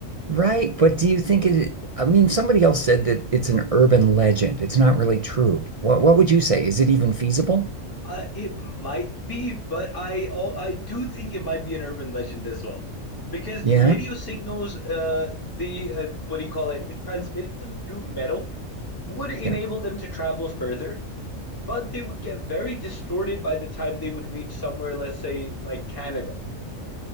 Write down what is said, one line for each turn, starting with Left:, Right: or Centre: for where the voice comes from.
Right: Right, but do you think it, I mean, somebody else said that it's an urban legend. It's not really true. What what would you say? Is it even feasible?
Left: Uh, it might be, but I al- I do think it might be an urban legend as well. Because
Right: Yeah,
Left: the radio signals, uh, the uh, what do you call it? Transmitting them through metal would enable
Right: yeah.
Left: them to travel further, but they would get very distorted by the time they would reach somewhere, let's say like Canada.